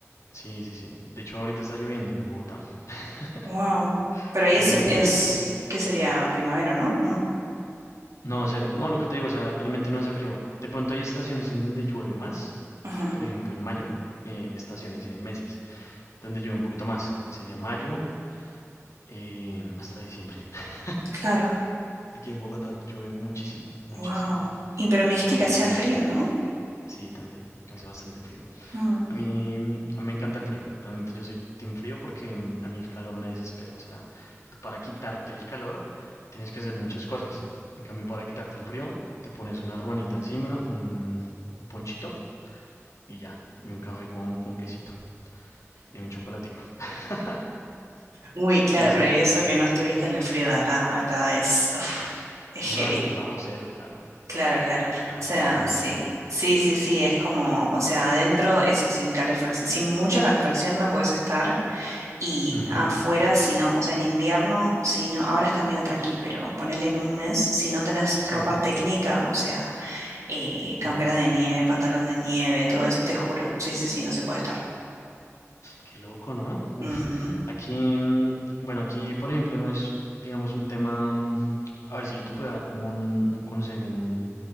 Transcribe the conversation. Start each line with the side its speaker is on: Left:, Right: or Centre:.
Left: Sí, sí, sí. De hecho, ahorita está lloviendo en Bogotá. <laughs>
Right: Wow. Pero
Left: Está
Right: ahí es,
Left: haciendo frío
Right: es,
Left: y lluvia.
Right: ¿qué sería? Primavera, ¿no? No.
Left: No, cero. No, lo que te digo, o sea, realmente no hace frío. De pronto hay estaciones en donde llueve más.
Right: Ujú,
Left: Por ejemplo, en mayo, eh, estaciones, eh, meses, donde llueve un poquito más. Sería mayo eh, hasta diciembre. <laughs>
Right: Claro.
Left: Aquí en Bogotá llueve muchísimo, muchísimo.
Right: Wow. Y pero me
Left: Sobre
Right: dijiste
Left: todo
Right: que hacía
Left: en la zona.
Right: frío, ¿no?
Left: Sí, también. Hace bastante frío.
Right: Ujú.
Left: A mí, mm, a mí me encanta el frío. Realmente yo soy team frío porque mm, a mí el calor me desespera. O sea, tú para quitarte el calor tienes que hacer muchas cosas. En cambio, para quitarte el frío, te pones una ruanita encima, un, un ponchito y ya. Y un café con, con quesito y un chocolatico. <laughs>
Right: Uy, claro,
Left: Y sale
Right: pero y
Left: ya.
Right: eso que no estuviste en el frío de acá. Acá es, uf, es heavy.
Left: No, ya es bajo cero, claro.
Right: Claro, claro. O
Left: Claro,
Right: sea,
Left: claro, me imagino.
Right: sí. Sí, sí, sí, es como, o sea, adentro, eso, sin calefacción, sin mucha calefacción no puedes estar. Y
Left: Ujú,
Right: afuera, si no, o sea, en invierno, si no, ahora está medio tranqui, pero ponele en un mes, si no tenés
Left: Sí,
Right: ropa técnica, o sea, eh, campera
Left: mueres.
Right: de nieve, pantalón de nieve, todo eso, te juro. Sí, sí, sí, no se puede estar.
Left: Qué loco, ¿no? Uf,
Right: Ujú,
Left: aquí, mm, bueno, aquí, por ejemplo, no es, digamos, un tema, mm, a ver si yo te puedo dar como un, un consejo, un